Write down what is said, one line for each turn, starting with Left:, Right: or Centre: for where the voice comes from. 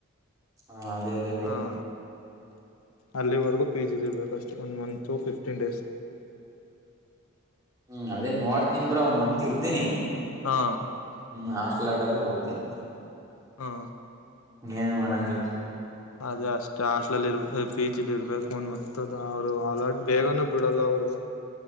Right: ಹಾ ಅದೇ ಅದೇ. ಬ್ರೋ
Left: ಹಾ ಅಲ್ಲಿವರಗೂ ಪಿ ಜಿಲೀ ಇರ್ಬೇಕು ಅಷ್ಟೇ ಒಂದ ಮಂತು ಫಿಫ್ಟೀನ್ ಡೇಸ್.
Right: ಹ್ಮ್ ಅದೇ ನೋಡ್ತೀನಿ ಬ್ರೋ ಒಂದ್ ಮಂತ ಇರ್ತೀನಿ.
Left: ಹಾ
Right: ಹ್ಮ ಹಾಸ್ಟೆಲ್ಲೈಟ್ ಆದ್ರೆ ಹೋಗ್ತೀನಿ.
Left: ಹಾ
Right: ಏನು ಮಾಡಂಗಿಲ್ಲ.
Left: ಅದ ಅಷ್ಟ ಹಾಸ್ಟೇಲ್ ಅಲ್ಲಿ ಪಿಜಿ ಇರಬೇಕು ಒಂದ ಮಂತ್. ದ ಅವ್ರು ಅಲರ್ಟ್ ಬೇಗನೂ ಬಿಡಲ್ಲ ಅವರು.